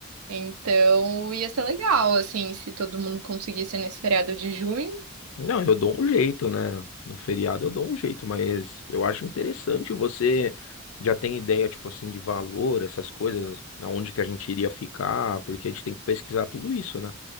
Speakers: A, on the right; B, on the left.
A: Então, ia ser legal, assim, se todo mundo conseguisse nesse feriado de junho.
B: Não, eu dou um jeito, né? No feriado eu dou um jeito, mas eu acho interessante você já tem ideia, tipo assim, de valor, essas coisas, aonde que a gente iria ficar, porque a gente tem que pesquisar tudo isso, né?